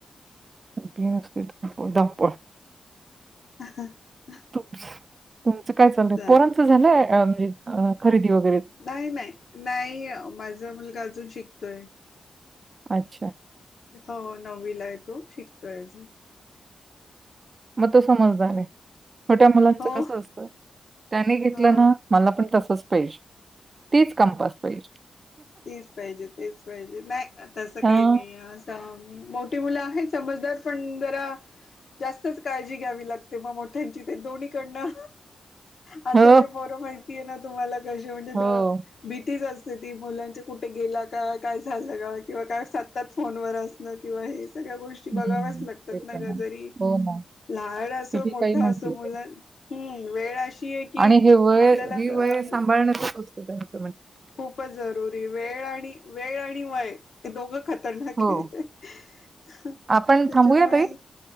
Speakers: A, on the right (about 45°); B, on the left (about 65°).
A: सगळी असते धावपळ -धावपळ
B: ह ह
A: तू तुमचं काय चालय
B: चालेल
A: पोरांचं झालंय खरेदी ओ
B: नाही -नाही -नाही माझा मुलगा अजून शिक- तोय.
A: अच्छा
B: हो नववीला आहे तो शिकतोय अजू-
A: मग तो समजदार आहे छोट्या मुलांच
B: हो
A: कस असतं त्याने घेतलं
B: हो
A: ना मला पण तसच. पाहिजे तीच कंपास पाहिजे.
B: तेच पाहिजे तेच पाहिजे नाही तसं
A: हां.
B: काही नाही असं मोठी मुलं आहेत समजदार पण जरा जास्तच काळजी घ्यावी लागते मग मोठ्यांची ते दोन्हीकडन- आता
A: हो,
B: जे पोर माहिती आहे ना तुम्हाला कशी म्हणजे
A: हो.
B: द भीतीच असते. कधी मूल म्हणजे कुठे गेला का, काय झालं का किंवा काय सतत फोन वर असणं किंवा हे सगळ्या गोष्टी बघाव्याच
A: हं,
B: लागतात
A: ते पण
B: ना ग
A: आहे.
B: जरी
A: हो ना,
B: लहान असो
A: किती
B: मोठा
A: काही म्हटले
B: असो मुल. वेळ अशी आहे की
A: आणि जे वय
B: आपल्याला
A: ही वय सांभाळण. <unintelligible>
B: खूपच जरुरी वेळ आणि वेळ आणि वय ते दोघं ख त्याच्यामुळे
A: हो. आपण थांबूया ताई?